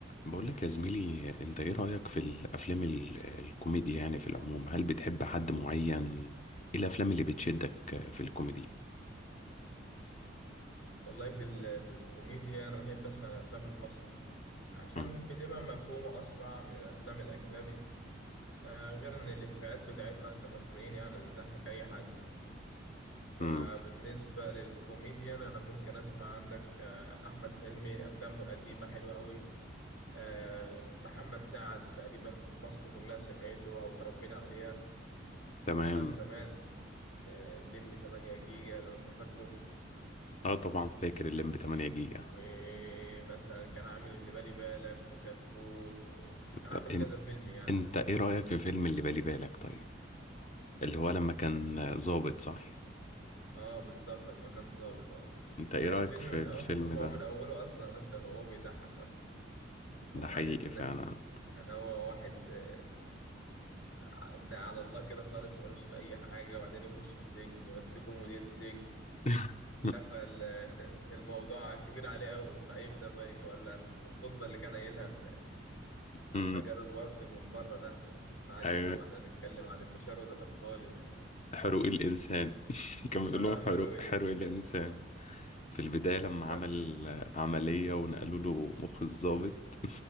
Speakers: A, on the left; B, on the left.
A: بقول لك يا زميلي انت ايه رأيك في الافلام ال- الكوميدي يعني في العموم هل بتحب حد معين ايه الافلام اللي بتشدك في الكوميدي
B: والله في ال... في الكوميديا أنا بحب أسمع الأفلام المصري عشان
A: امم
B: بتبقى مفهومة أسرع من الأفلام الأجنبي آه غير إن الإفيهات بتاعتنا كمصريين يعني بتضحك أي حد فبالنسبة
A: امم
B: للكوميديان أنا ممكن أسمع عندك آه أحمد حلمي أفلامه القديمة حلوة أوي آه محمد سعد تقريبا مصر كلها سمعته أو اتربينا عليها
A: تمام
B: أفلام زمان كانت آه، الليمبي 8 جيجا لو أنت فاكره
A: اه طبعا فاكر الليمب 8 جيجا
B: ومثلا كان عامل اللي بالي بالك وكتكوت وكان
A: طب
B: عامل
A: ان...
B: كذا فيلم يعني
A: انت ايه رأيك في فيلم اللي بالي بالك طيب اللي هو لما كان ظابط صح
B: اه بالظبط اما كان ظابط اه
A: انت ايه
B: لا
A: رأيك
B: الفيلم
A: في
B: من
A: الفيلم
B: أول
A: ده
B: <laughs> هو من اوله اصلا انت هو بيضحك اصلا
A: ده
B: وبعدين
A: حقيقي فعلا
B: يعني هو واحد آه، على على الله كده خالص ملوش في اي حاجه وبعدين يخش السجن يمسكه مدير سجن
A: <laughs>
B: لا فالموضوع كبير عليه قوي فيبدا بقى ولا الخطبه اللي كان قايلها ال- لما
A: امم
B: جاله الوفد من بره ده قعد
A: ايوه
B: يقول لهم احنا هنتكلم عن التشرد الاطفالي <laughs>
A: حروق الإنسان <laughs> كان بيقول
B: اه
A: لهم
B: حلول
A: حروق حروق
B: انت
A: الإنسان في البداية لما عمل
B: اه
A: عملية ونقلوا له مخ الضابط